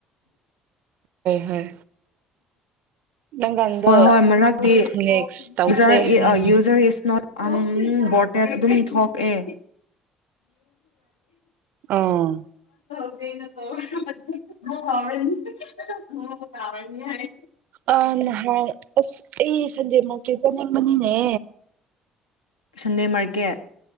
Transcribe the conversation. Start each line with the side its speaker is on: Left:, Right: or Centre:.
Right: ꯑꯣ ꯍꯣꯏ ꯅꯪꯒꯥꯡꯗꯣ
Left: ꯍꯣꯏ ꯍꯣꯏ ꯃꯔꯝꯗꯤ
Right: ꯅꯦꯛꯁ ꯇꯧꯁꯦ
Left: ꯌꯨꯖꯔ
Right: ꯍꯥꯏꯅꯤ
Left: ꯏꯁ ꯅꯣꯠ ꯎꯝ ꯕꯣꯔꯇꯦꯠ ꯑꯗꯨꯝ ꯊꯣꯛꯑꯦ
Right: ꯑꯥ
Left: <unintelligible> ꯇꯥꯕꯅꯤ ꯍꯥꯏ
Right: ꯑ ꯅꯍꯥꯟ ꯑꯁ ꯑꯩ ꯁꯟꯗꯦ ꯃꯥꯔꯀꯦꯠ ꯆꯪꯉꯝꯕꯅꯤꯅꯦ
Left: ꯁꯟꯗꯦ ꯃꯥꯔꯀꯦꯠ